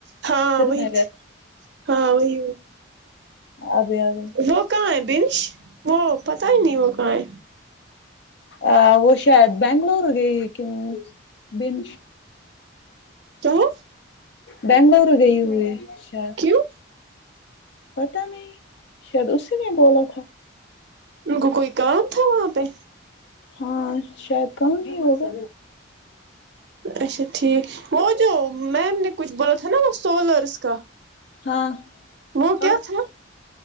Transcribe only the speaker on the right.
ہاں
وہی
ہاں وہی
وہ کہاں ہے بنش وہ پتا ہی نہیں وہ کہیں
کیااں
کیوں
ان کو کوئی کام تھا وہاں پہ
اچھا ٹھیک وہ جو میم نے کچھ بولا تھا نا وہ سولرس کا
وہ
کیا تھا